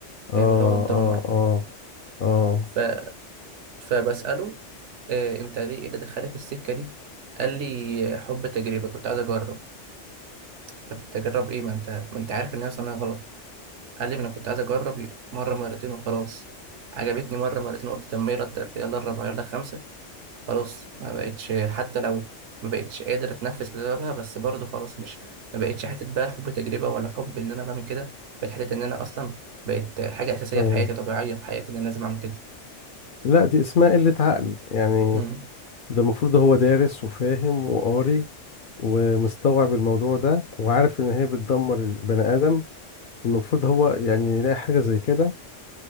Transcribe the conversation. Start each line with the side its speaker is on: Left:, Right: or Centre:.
Left: اه
Right: فاهم اللي هو متدمر
Left: اه اه اه
Right: ف... فبسأله آه، أنت ليه إيه اللي دخلك السكة دي؟ قال لي حب تجربة كنت عايز أجرب طب تجرب ايه ما انت ما انت عارف ان هي صناعة غلط قال لي ما انا كنت عايز اجرب مرة مرتين وخلاص عجبتني مرة مرتين قلت طب ما يلا التالتة يلا الرابعة يلا الخامسة خلاص ما بقتش حتى لو ما بقتش قادر اتنفس بسببها بس برضه خلاص مش ما بقتش حتة بقى حب تجربة ولا حب ان انا بعمل كده بقت حتة ان انا اصلا بقت حاجة اساسية
Left: اه
Right: في حياتي طبيعية في حياتي ان انا لازم اعمل كده
Left: لا دي اسمها قلة عقل يعني
Right: امم
Left: ده المفروض هو دارس وفاهم وقاري ومستوعب الموضوع ده وعارف ان هي بتدمر البني ادم المفروض هو يعني يلاقي حاجة زي كده